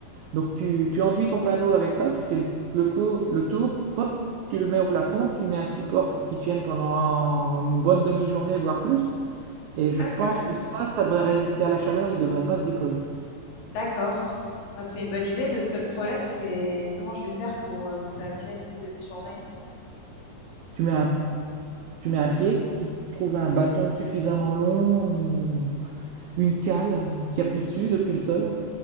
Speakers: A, on the right (about 80°); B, on the left (about 85°).
A: Donc tu, tu enduis ton panneau avec ça, tu fais le, le, cou- le tour, pop, tu le mets au plafond, tu mets un support pour qu'il tienne pendant une bonne demi-journée, voire plus, et je
B: Ah
A: pense
B: oui, quand même.
A: que ça, ça devrait résister à la chaleur, il ne devrait pas se décoller.
B: D'accord. Ah, c'est une bonne idée. Le seul problème, c'est comment je vais faire pour euh, que ça tienne une demi-journée.
A: Tu mets un, Tu mets un pied, tu trouves un bâton suffisamment long, ou une cale euh, qui appuie dessus depuis le sol.